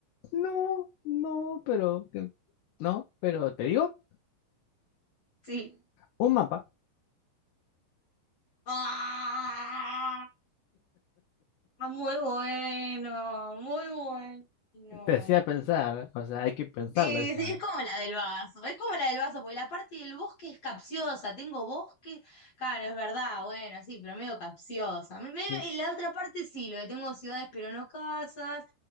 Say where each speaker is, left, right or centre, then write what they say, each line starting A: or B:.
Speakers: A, on the left (about 80°); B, on the left (about 60°).
A: no, no, pero eh, no, pero te digo,
B: Sí.
A: un mapa
B: ¡Ah! Muy bueno, muy bueno.
A: te hacía pensar, o sea, hay que pensarle
B: Sí,
A: esa.
B: sí, es como la del vaso, es como la del vaso, porque la parte del bosque es capciosa, tengo bosque, claro, es verdad, bueno, sí, pero medio capciosa. Me- me-
A: Sí.
B: y la otra parte sí, lo de tengo ciudades pero no casas,